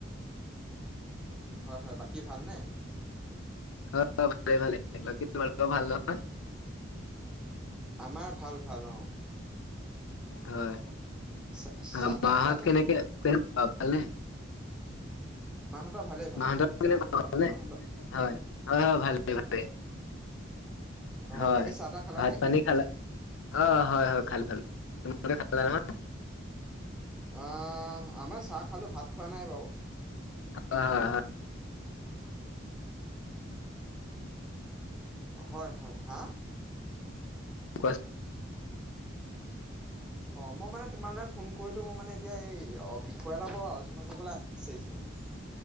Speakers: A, in the centre; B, on the left.
A: হয় হয় বাকী ভালনে?
B: হয় হয় ভালে ভালে। বাকী তোমালোক ভাল নহয়?
A: আমাৰ ভাল ভাল অওঁ।
B: হয়
A: চা
B: আ
A: চাহ তাহ
B: মাহত
A: খালা নে?
B: কেনেকে কেনে ভাল নে?
A: মাহঁতৰ ভালেই ভালে
B: মাহঁতৰ
A: ভালে।
B: কেনেকুৱা
A: তোমালোকৰ
B: ভালনে?
A: মাহঁত
B: হয় হয়। ভালে ভালে ভালেই
A: অ
B: হয়,
A: বাকী চাহ তাহ খালা
B: ভাত
A: নেকি?
B: পানী খালা অঁ হয় হয়। খালো খালো খালো, তোমালোকে কালাম নহয়?
A: ই, আমাৰ চাহ খালোঁ ভাত খোৱা নাই বাও
B: আ
A: হয় হয়। হা?
B: ক <unintelligible>
A: অ' মই মানে তোমালৈ ফোন কৰিলো ম মানে এতিয়া এই অ বিষয় এটা ওপ আ আলোচনা কৰিবলৈ বিচাৰিছ ছিলো মানে